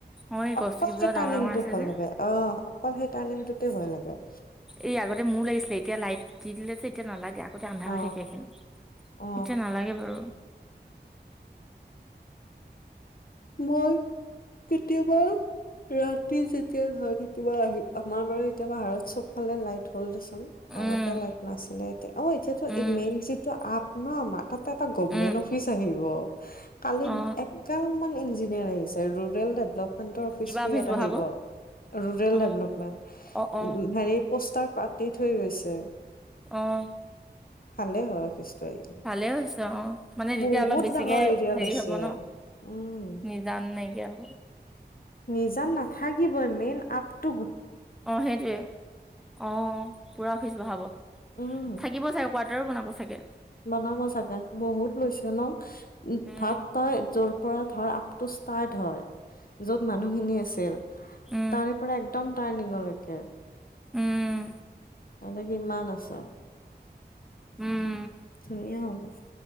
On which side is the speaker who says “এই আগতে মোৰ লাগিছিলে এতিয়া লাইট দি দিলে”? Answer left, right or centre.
Centre